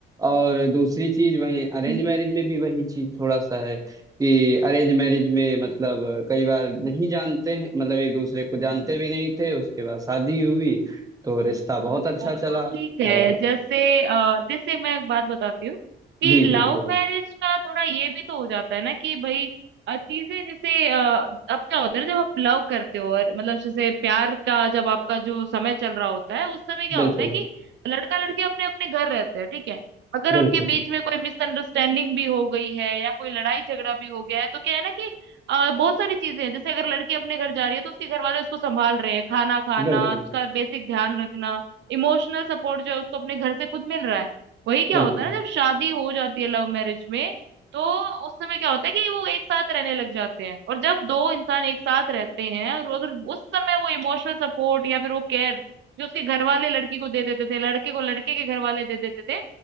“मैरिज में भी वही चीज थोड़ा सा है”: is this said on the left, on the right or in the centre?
Right